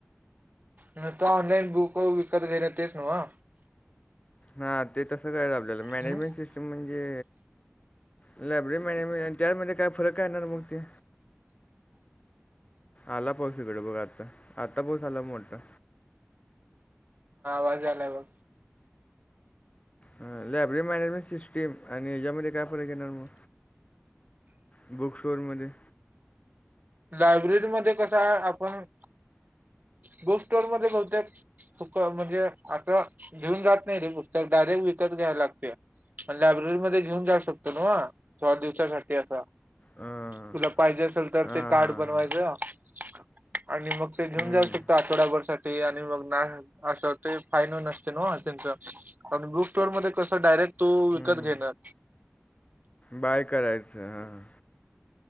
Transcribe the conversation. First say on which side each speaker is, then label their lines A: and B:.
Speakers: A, on the right; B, on the left.
A: मग तो ऑनलाईन बुक विकत घेत तेच नव्ह?
B: हां ते तस करायच आपल्याला, मॅनेजमेंट
A: हम्म
B: सिस्टम म्हणजे लायब्ररी मॅनेजमेंट आणि त्यामध्ये काय फरक काय येणार मग ते? आला पाऊस इकड बघ आत्ता. आत्ता पाऊस आला मोठा.
A: पास झालाय बघ.
B: ह लायब्ररी मॅनेजमेंट सिस्टीम आणि ह्याच्यामध्ये काय फरक येणार मग? बुक स्टोअर मध्ये?
A: लायब्ररी मध्ये कस आहे आपण, बुक स्टोर मध्ये बहुतेक फुक म्हणजे, आता घेऊन जात नाही रे पुस्तक, डायरेक्ट विकत घ्यायला लागते. पण लायब्ररीमध्ये घेऊन जाऊ शकतो नव्ह थोड्या दिवसांसाठी अस?
B: हां
A: तुला पाहिजे असल तर
B: हां
A: ते कार्ड
B: हां
A: बनवायच.
B: हां
A: आणि मग ते घेऊन
B: हम्म,
A: जाऊ शकतो आठवडाभर साठी, आणि मग ना अस ते फायनो नसते ना असेल तर. आणि बुक स्टोर मध्ये कस, डायरेक्ट तू विकत
B: हम्म.
A: घेणार?
B: बाय करायच हां.